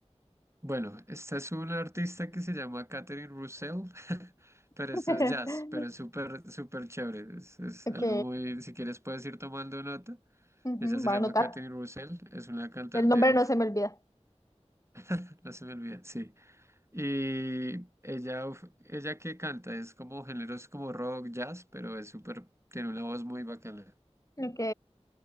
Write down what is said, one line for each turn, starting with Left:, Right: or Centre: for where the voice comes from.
Right: Bueno, esta es una artista que se llama Catherine Russell, <laughs> pero
Left: <laughs>
Right: esto es jazz, pero es súper, súper chévere. Es, es
Left: Ok,
Right: algo muy, si quieres puedes ir tomando nota.
Left: ujú,
Right: Ella se
Left: Voy
Right: llama
Left: a anotar.
Right: Catherine Russell, es una cantante,
Left: El nombre
Right: uff,
Left: no se me olvida.
Right: <laughs> no se me olvida, sí. Y ella, uf, ella que canta, es como géneros como rock, jazz, pero es súper, tiene una voz muy bacana.
Left: Ok.